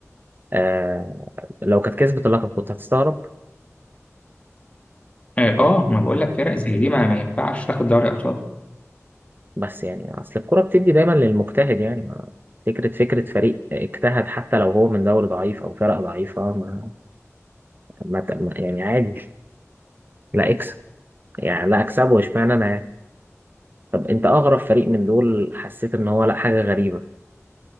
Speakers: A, on the right (about 40°); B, on the left (about 25°).
A: آه لو كانت كسبت اللقب كنت هتستغرب
B: اه
A: و-
B: آه، ما بقول لك فرق زي دي ما, ما ينفعش تاخد دوري ابطال
A: بس يعني أصل الكرة بتدي دايما للمجتهد يعني ما فكرة فكرة فريق اجتهد حتى لو هو من دوري ضعيف أو فرق ضعيفة ما, ما ما- يعني عادي لا اكسب يعني لا اكسبه اشمعنى أنا يعني. طب انت اغرب فريق من دول حسيت ان هو لا حاجه غريبه